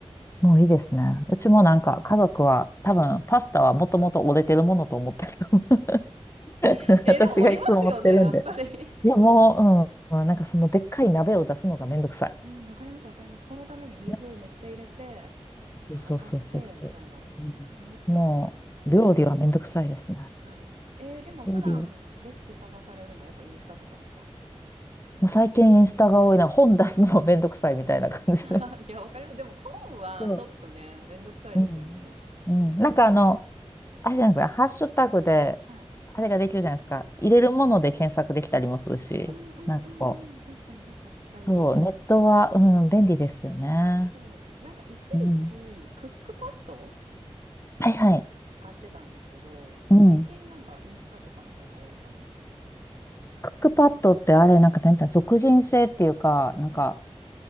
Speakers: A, on the left; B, on the right.
A: もういいですね。
B: はい。
A: うちもなんか家族は多分パスタはもともと折れてるものと思ってると思う <laughs>
B: <laughs> えーでもおりますよね、
A: 私がいつも持ってるんで。
B: やっぱり。
A: いやもう、うん、なんかそのでっかい鍋を出すのがめんどくさい。
B: <laughs> うん、わかります、わかります。そのために水めっちゃ入れて、
A: ねそうそうそうそう。
B: 沸かして、みたいな。
A: うんもう料理はめんどくさいですね。
B: めんどくさいですよね。はい。えーでも普段レシピ探されるのはやっぱインスタとかですか
A: 料理もう最近インスタが多いな。本出すのもめんどくさいみたいな感じで。
B: あ <laughs> いや、わかります。でも本はちょっとね、
A: そう。
B: めんどくさいですよね。
A: うん。うん。なんかあの、あれじゃないですか、ハッシュタグで、
B: はい。
A: あれができるじゃないですか。入れるもので検索できたりもするし、
B: うんうんうんうん。
A: なんかこ
B: 確かに確かに。材料みたいな。
A: う、そう、ネットは、うん、便利ですよね。
B: そうですね。なんか一時期、
A: うん。
B: クックパッド
A: はいはい。
B: 使ってたんですけど、最近なんかインスタとかの方が多いかもです。
A: うん。クックパッドってあれ、なんか、なんていうの属人性っていうか、なんか、
B: はい。